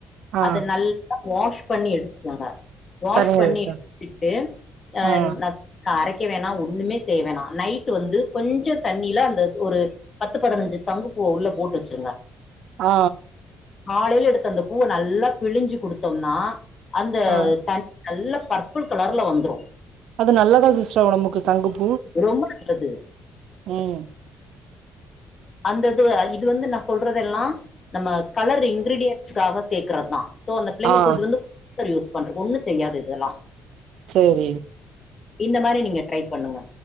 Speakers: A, on the right; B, on the left.
A: ஆ
B: அத நல்லா வாஷ் பண்ணி எடுத்துக்குங்க வாஷ்
A: சரிங்க
B: பண்ணி
A: சிஸ்டர்
B: எடுத்துட்டு அ
A: ஆ
B: ந அரக்க வேணா ஒண்ணுமே செய்ய வேணா நைட் வந்து கொஞ்ச தண்ணில அந்த ஒரு பத்து பதினஞ்சு சங்குப்பூவ உள்ள போட்டு வச்சிருங்க
A: ஆ
B: காலையில எடுத்து அந்த பூவ நல்லா பிழிஞ்சு குடுத்தோம்ன அந்த
A: ஆ
B: தண் நல்ல பர்புள் கலர்ல வந்துரு
A: அது நல்லதா சிஸ்டர் ஒடம்புக்கு சங்கு பூ
B: ரொம்ப நல்லது
A: ம்
B: அந்தது இது வந்து நா சொல்றது எல்லா நம்ம கலர் இன்கிரீடியன்ஸ்காக சேக்குறதா சோ அந்த பிள்ளைங்களுக்கு
A: ஆ
B: இது வந்து <inaudible> யூஸ் பண்றது ஒண்ணு செய்யாது இதுல்லா
A: சரி
B: இந்த மாரி நீங்க டிரை பண்ணுங்க